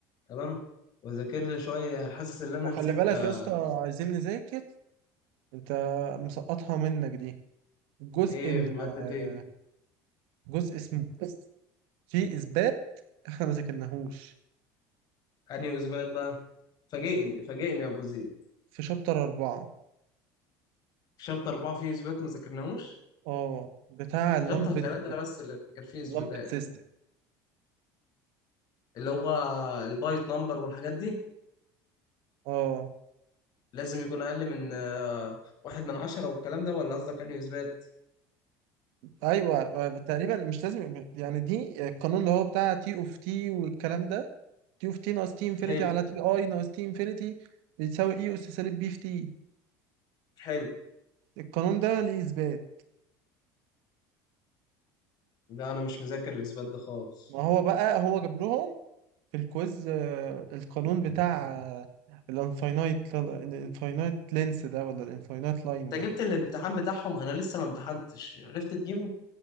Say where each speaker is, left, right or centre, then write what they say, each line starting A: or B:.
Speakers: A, on the left; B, on the right.
A: تمام واذاكر لي شويه حاسس ان انا
B: وخلي
A: نسيت
B: بالك
A: آه،
B: يا اسطى عايزين نذاكر انت مسقطها منك دي الجزء
A: ايه
B: ال
A: ماده
B: آه،
A: ايه
B: جزء اسمه في إثبات إحنا ما ذاكرناهوش
A: انهي اثبات بقى فاجئني فاجئني يا ابو زيد
B: في شابتر أربعة
A: شابتر 4 فيه اثبات ما ذاكرناهوش
B: أه بتاع اللمبد
A: شابتر 3 بس اللي كان فيه اثباتات
B: لمبد سيستم
A: اللي هو البايت نمبر والحاجات دي
B: أه
A: لازم يكون أقل من آه، واحد من عشرة والكلام ده ولا قصدك يعني إثبات؟
B: أيوه آه، تقريبا مش لازم يعني دي القانون اللي هو بتاع تي أوف تي والكلام ده تي أوف تي ناقص تي إنفينيتي
A: حلو
B: على تي أي ناقص تي إنفينيتي بيتساوي إي أس سالب بي في تي
A: حلو
B: القانون ده ليه إثبات
A: لا أنا مش مذاكر الإثبات ده خالص
B: ما هو بقى هو جاب لهم في الكويز آه، القانون بتاع الانفاينايت الانفاينايت لينس ده ولا الانفاينايت لاين
A: أنت
B: ده
A: جبت الامتحان بتاعهم أنا لسه ما امتحنتش عرفت تجيبه؟